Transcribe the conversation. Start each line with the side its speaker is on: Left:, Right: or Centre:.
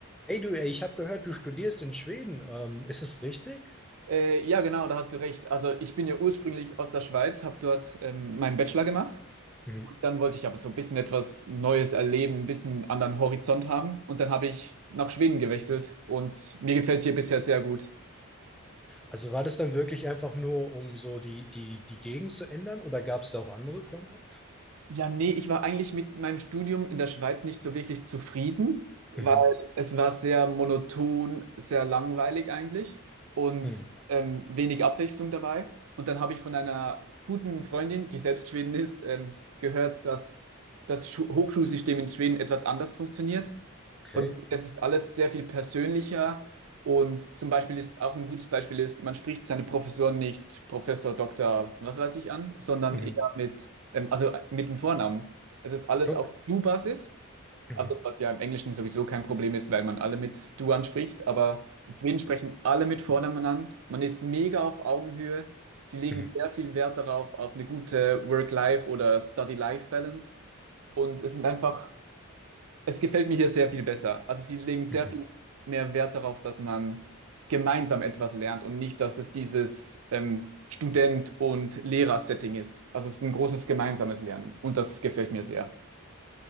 Centre: Hey du, ey, ich habe gehört, du studierst in Schweden. Ähm, ist es richtig?
Right: Äh, ja, genau, da hast du recht. Also ich bin ja ursprünglich aus der Schweiz, habe dort ähm, meinen Bachelor gemacht.
Centre: Mhm.
Right: Dann wollte ich aber so ein bisschen etwas Neues erleben, ein bisschen anderen Horizont haben. Und dann habe ich nach Schweden gewechselt und mir gefällt es hier bisher sehr gut.
Centre: Also war das dann wirklich einfach nur, um so die, die, die Gegend zu ändern oder gab es da auch andere Gründe?
Right: Ja, nee, ich war eigentlich mit meinem Studium in der Schweiz nicht so wirklich zufrieden, weil
Centre: Mhm.
Right: es war sehr monoton, sehr langweilig eigentlich und
Centre: Mhm.
Right: ähm, wenig Abwechslung dabei. Und dann habe ich von einer guten Freundin, die selbst Schwedin ist, ähm, gehört, dass das Schu Hochschulsystem in Schweden etwas anders funktioniert.
Centre: Okay.
Right: Und es ist alles sehr viel persönlicher. Und zum Beispiel ist auch ein gutes Beispiel ist, man spricht seine Professoren nicht Professor, Doktor, was weiß ich an, sondern
Centre: Mhm.
Right: eher mit, ähm, also mit dem Vornamen. Es ist alles
Centre: Look.
Right: auf Du-Basis,
Centre: Mhm.
Right: also was ja im Englischen sowieso kein Problem ist, weil man alle mit Du anspricht, aber in Schweden sprechen alle mit Vornamen an. Man ist mega auf Augenhöhe. Sie legen
Centre: Mhm.
Right: sehr viel Wert darauf, auf eine gute Work-Life- oder Study-Life-Balance. Und es sind einfach es gefällt mir hier sehr viel besser. Also sie legen sehr
Centre: Mhm.
Right: viel mehr Wert darauf, dass man gemeinsam etwas lernt und nicht, dass es dieses ähm, Student- und Lehrer-Setting ist. Also es ist ein großes gemeinsames Lernen und das gefällt mir sehr.